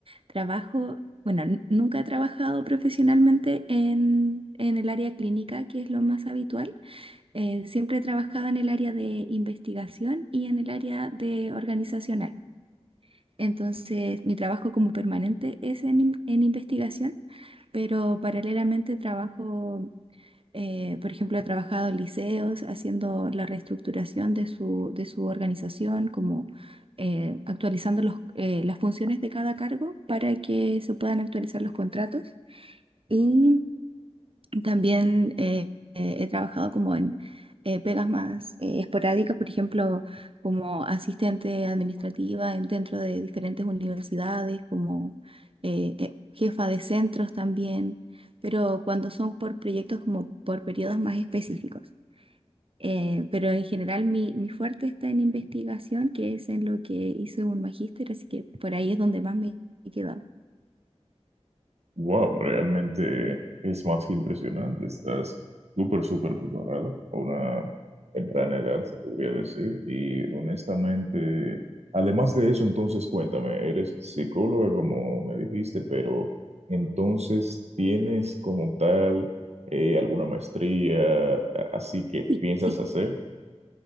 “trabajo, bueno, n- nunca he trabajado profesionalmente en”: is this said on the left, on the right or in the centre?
Right